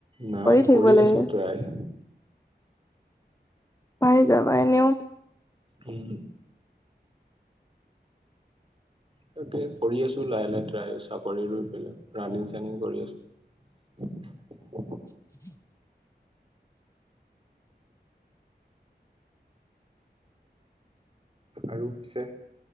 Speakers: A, on the right; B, on the left.
A: নাই
B: থাকিব
A: কৰি
B: লাগে
A: আছো ট্ৰাই।
B: পাই যাবা এনেও।
A: উম তাকে কৰি আছো লাহে লাহে ট্ৰাই চাকৰি ৰুই পেলাই ৰানিং চানিং কৰি আছো। <unintelligible>
B: <unintelligible>
A: আৰু পিছে